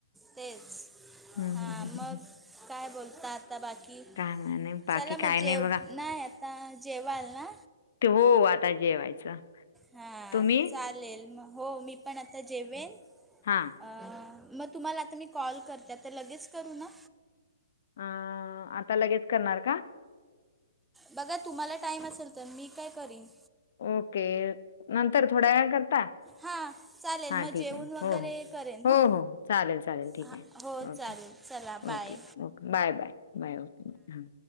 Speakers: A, in the centre; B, on the left.
A: तेच
B: हम्म
A: हा
B: हम्म हम्म
A: मग काय बोलतात. आता बाकी
B: काय नाही बाकी
A: चला
B: काय
A: मग
B: नाही
A: जेव
B: बघा.
A: नाही आता जेवाल ना.
B: हो आता जेवायचं.
A: हा
B: तुम्ही
A: चालेल मग हो मी पण आता जेवेन
B: हां.
A: आ मग तुम्हाला आता मी कॉल करते आता लगेच करू ना.
B: अ आता लगेच करणार का.
A: बघा तुम्हाला टाइम असेल तर मी काय करीन.
B: ओके नंतर थोड्या वेळान करता.
A: हां चालेल
B: हा
A: मग
B: ठीक
A: जेवून
B: आहे
A: वगैरे
B: हो
A: करेन
B: हो
A: हां
B: हो हो चालेल चालेल ठीक
A: हां
B: आहे.
A: हो
B: ओके
A: चालेल चला bye
B: okay okay bye bye bye okay हां.